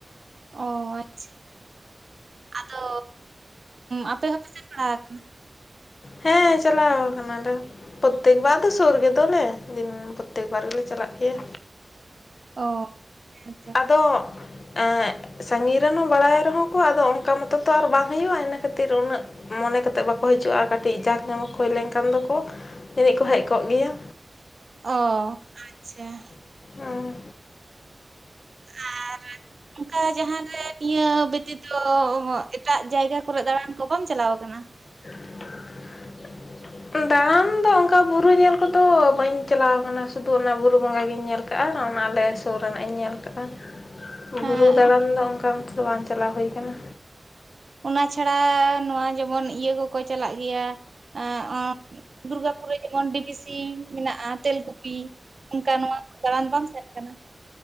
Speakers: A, on the right (about 60°); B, on the left (about 75°).
A: ᱚ ᱟᱪᱪᱷᱟ᱾ <unintelligible> ᱟᱫᱚ ᱟᱯᱮ ᱦᱚᱸᱯᱮ ᱥᱮᱱ ᱵᱟᱲᱟ ᱟᱠᱟᱱᱟ?
B: ᱦᱮᱸ ᱪᱟᱞᱟᱣ ᱟᱠᱟᱱᱟᱞᱮ᱾ ᱯᱨᱚᱛᱛᱮᱠ ᱵᱟᱨ ᱫᱚ ᱥᱩᱨ ᱜᱫᱚᱞᱮ ᱯᱨᱚᱛᱛᱮᱠ ᱵᱟᱨ ᱜᱮᱞᱮ ᱪᱟᱞᱟᱜ ᱜᱮᱭᱟ᱾
A: ᱚ <unintelligible> ᱼᱼ
B: ᱟᱫᱚ <unintelligible> ᱼᱼ ᱥᱟᱺᱜᱤᱧ ᱨᱮᱱ ᱦᱚᱸ ᱵᱟᱲᱟᱭ ᱨᱮᱦᱚᱸ ᱠᱚ ᱟᱫᱚ ᱚᱱᱠᱟ ᱢᱚᱛᱚ ᱛᱚ ᱟᱨ ᱵᱟᱝ ᱦᱩᱭᱩᱜᱼᱟ ᱤᱱᱟᱹ ᱠᱷᱟᱹᱛᱤᱨ ᱩᱱᱟᱹᱜᱼᱼ ᱢᱚᱱᱮ ᱠᱟᱛᱮᱜ ᱵᱟᱠᱚ ᱦᱤᱡᱩᱜᱼᱟ᱾ ᱠᱟᱹᱴᱤᱡ ᱡᱟᱠ ᱡᱚᱢᱚᱠ ᱦᱩᱭ ᱞᱮᱱᱠᱷᱟᱱ ᱫᱚᱠᱚ ᱡᱟᱹᱱᱤᱡ ᱠᱚ ᱦᱮᱡ ᱠᱚᱜ ᱜᱮᱭᱟᱼᱼ
A: ᱚ <unintelligible> ᱟᱪᱪᱷᱟ᱾
B: <unintelligible> ᱦᱮᱸ᱾
A: <unintelligible> ᱟᱨᱼᱼ ᱚᱱᱠᱟ ᱡᱟᱦᱟᱸᱨᱮ ᱱᱤᱭᱟᱹ ᱵᱤᱛᱤ ᱫᱚ ᱮᱴᱟᱜ ᱡᱟᱭᱜᱟ ᱠᱚᱨᱮ ᱫᱟᱬᱟᱱ ᱠᱚ ᱵᱟᱢ ᱪᱟᱞᱟᱣ ᱟᱠᱟᱱᱟ?
B: <unintelligible> ᱼᱼ ᱫᱟᱬᱟᱱ ᱫᱚ ᱚᱱᱠᱟ ᱵᱩᱨᱩ ᱧᱮᱞ ᱠᱚᱫᱚ ᱵᱟᱹᱧ ᱪᱟᱞᱟᱣ ᱟᱠᱟᱱᱟ ᱥᱩᱫᱩ ᱚᱱᱟ ᱵᱩᱨᱩ ᱵᱚᱸᱜᱟ ᱜᱤᱧ ᱧᱮᱞ <unintelligible> ᱼᱼ <unintelligible> ᱟᱨ ᱚᱱᱟ ᱟᱞᱮ ᱥᱩᱨ ᱨᱮᱱᱟᱜ ᱤᱧ ᱧᱮᱞ <unintelligible> ᱼᱼ <unintelligible>
A: ᱦᱮᱸ
B: ᱵᱩᱨᱩ ᱫᱟᱬᱟᱱ ᱫᱚ ᱚᱱᱠᱟ ᱢᱚᱛᱚ ᱫᱛ ᱵᱟᱝ ᱪᱟᱞᱟᱣ ᱦᱩᱭ ᱟᱠᱟᱱᱟ᱾
A: ᱚᱱᱟ ᱪᱷᱟᱲᱟ ᱱᱚᱣᱟ ᱡᱮᱢᱚᱱ ᱤᱭᱟᱹ ᱠᱚᱠᱚ ᱪᱟᱞᱟᱜ ᱜᱮᱭᱟᱼᱼ <unintelligible> ᱫᱩᱨᱜᱟᱯᱩᱨ ᱨᱮ ᱡᱮᱢᱚᱱ ᱰᱤᱵᱤᱥᱤ ᱢᱮᱱᱟᱜᱼᱟ ᱛᱮᱞᱠᱩᱯᱤᱼᱼ ᱚᱱᱠᱟ ᱱᱚᱣᱟ ᱠᱚ ᱫᱟᱬᱟᱱ ᱵᱟᱢ ᱥᱮᱱ ᱟᱠᱟᱱᱟ?